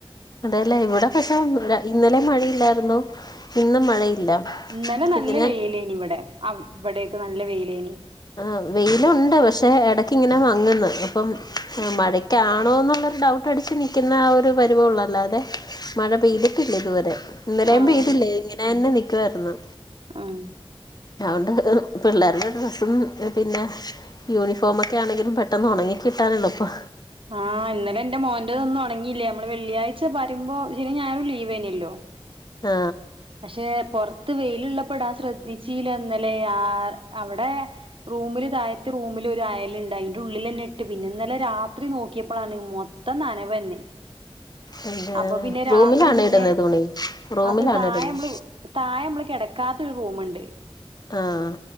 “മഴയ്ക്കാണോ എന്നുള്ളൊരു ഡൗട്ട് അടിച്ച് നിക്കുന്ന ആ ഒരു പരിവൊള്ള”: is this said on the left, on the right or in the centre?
Left